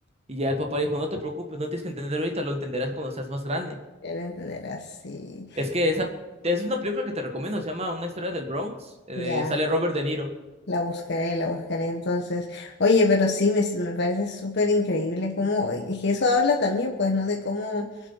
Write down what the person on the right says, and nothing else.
y ya el papá dijo, no te preocupes, no tienes que entender ahorita, lo entenderás cuando seas más grande.
Es que esa, es una película que te recomiendo, se llama Una historia del Bronx, eh,
sale Robert De Niro.